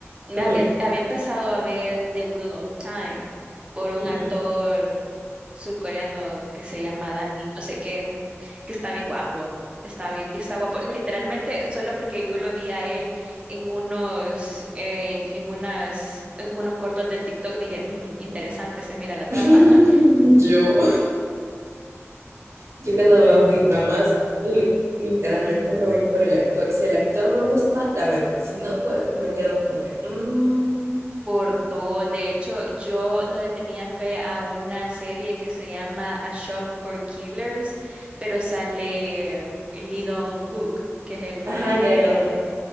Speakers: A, on the right; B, on the right.
A: Me
B: ujú,
A: había, había empezado a ver The Wheel of Time por un
B: ujú.
A: actor surcoreano que se llama Danny, no sé qué que está bien guapo, está bien, está guapo. Literalmente, solo porque yo lo vi a él en unos, eh, en, en unas, en unos cortos de TikTok, dije, "Mm, interesante, se mira la trama.
B: <laughs>
A: <laughs>
B: Yo, yo cuando veo que dramas literalmente me voy por el actor. Si el actor me gusta, la veo. Si no, pues me quedo como que... mm,
A: Por dos, de hecho, yo no le tenía fe a una serie que se llama A Shop for Killers, pero sale Lee Dong-gook, que es el
B: ajá,
A: que salió,
B: ya, ya, ya.